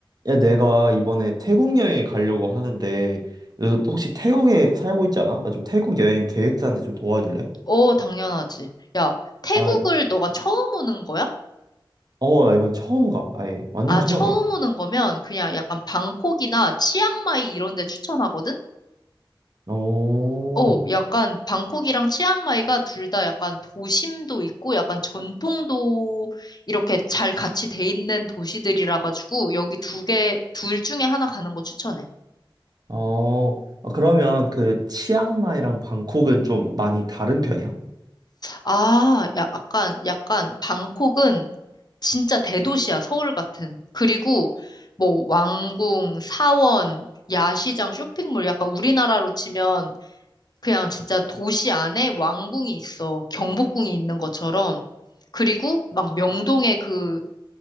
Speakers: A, on the right (about 50°); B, on the left (about 50°).
A: 야, 내가 이번에 태국 여행에 가려고 하는데, 너 혹시 태국에 살고 있지 않아? 나 좀 태국 여행 계획 짜는데 좀 도와줄래?
B: 어, 당연하지. 야, 태국을
A: 아,
B: 너가 처음 오는 거야?
A: 어, 나 이번엔 처음 가. 아예, 완전
B: 아,
A: 처음이야.
B: 처음 오는 거면 그냥 약간 방콕이나 치앙마이 이런 데 추천하거든?
A: 오,
B: 어, 약간 방콕이랑 치앙마이가 둘 다 약간 도심도 있고 약간 전통도 이렇게 잘 같이 돼 있는 도시들이라 가지고 여기 두 개, 둘 중에 하나 가는 거 추천해.
A: 어, 아, 그러면 그 치앙마이랑 방콕은 좀 많이 다른 편이야?
B: 아, 야, 약간, 약간 방콕은 진짜 대도시야, 서울 같은. 그리고 뭐 왕궁, 사원, 야시장, 쇼핑몰 약간 우리나라로 치면 그냥 진짜 도시 안에 왕궁이 있어. 경복궁이 있는 것처럼. 그리고 막 명동에 그,